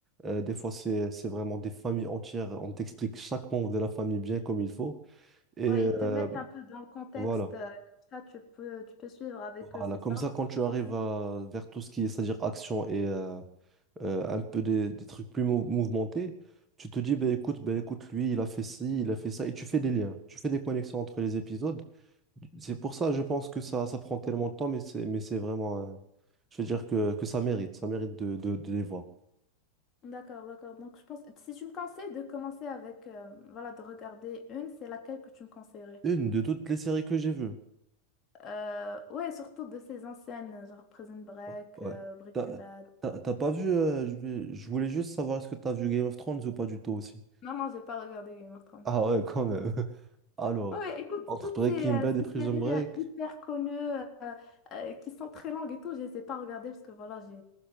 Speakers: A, on the right; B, on the left.
A: euh, des fois, c'est, c'est vraiment des familles entières. On t'explique chaque membre de la famille bien comme il faut. Et
B: Ouais, ils te
A: euh,
B: mettent un peu dans le contexte,
A: voilà.
B: euh, comme ça tu peux, tu peux suivre avec
A: Voilà.
B: eux, c'est
A: Comme
B: ça?
A: ça, quand tu arrives à- vers tout ce qui est, c'est-à-dire action et euh, euh, un peu des, des trucs plus mou- mouvementés, tu te dis, ben écoute, ben écoute, lui, il a fait ci, il a fait ça. Et tu fais des liens. Tu fais des connexions entre les épisodes. C'est pour ça, je pense que ça, ça prend tellement de temps, mais c'est, mais c'est vraiment. un- je veux dire que, que ça mérite. Ça mérite de, de, de les voir.
B: D'accord, d'accord. Donc je pense, si tu me conseilles de commencer avec, euh, voilà, de regarder une, c'est laquelle que tu me conseillerais?
A: Une de toutes les séries que j'ai vues.
B: Euh, ouais, surtout de ces anciennes, genre Prison Break,
A: Oh, Ouais.
B: euh, Breaking
A: T'as,
B: Bad.
A: t'as- t'as pas vu. euh, je vais- je voulais juste savoir est-ce que t'as vu Game of Thrones ou pas du tout aussi.
B: Non, non, j'ai pas regardé Game of
A: <laughs>
B: Thrones.
A: Ah ouais, quand même. <laughs> Alors,
B: Ouais, ouais, écoute,
A: entre
B: toutes
A: Breaking
B: ces, euh,
A: Bad et
B: ces
A: Prison
B: séries
A: Break.
B: euh, hyper connues, euh, euh, qui sont très longues et tout, je les ai pas regardées parce que voilà, j'ai